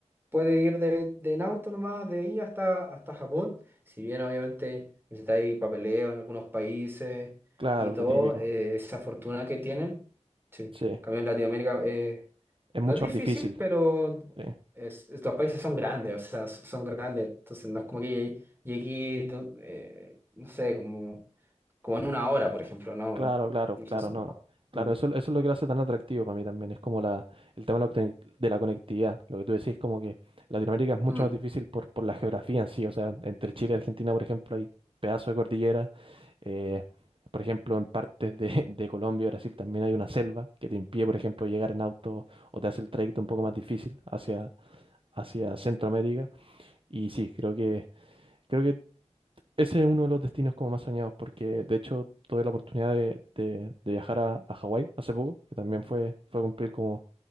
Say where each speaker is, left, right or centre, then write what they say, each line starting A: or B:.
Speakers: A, on the right; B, on the right.
A: Puede ir de, de en auto nomás, de ahí hasta, hasta Japón. Si bien obviamente necesitáis papeleo en algunos países
B: claro,
A: y todo,
B: lo típico.
A: eh, esa fortuna que tienen. Sí, En
B: Sí,
A: cambio en Latinoamérica eh,
B: es mucho
A: no es difícil,
B: más difícil.
A: pero
B: sí.
A: es- es- los países son grandes, o sea, s- son grandes. Entonces no es como que llegué, eh, no sé, como, como en una hora, por ejemplo, no,
B: Claro,
A: es
B: claro,
A: difícil.
B: claro, no. Claro,
A: Mm,
B: eso, eso es lo que lo hace tan atractivo para mí también. Es como la, el tema de la, conec- de la conectividad. Lo que tú decís, como que Latinoamérica es mucho
A: mm,
B: más difícil por, por la geografía en sí. O sea, entre Chile y Argentina, por ejemplo, hay pedazos de cordillera. eh, por ejemplo, en partes de, de Colombia y Brasil también hay una selva que te impide, por ejemplo, llegar en auto o te hace el trayecto un poco más difícil hacia, hacia Centroamérica. Y sí, creo que, creo que ese es uno de los destinos como más soñados, porque de hecho tuve la oportunidad de, de- de viajar a, a Hawái hace poco, que también fue, fue cumplir como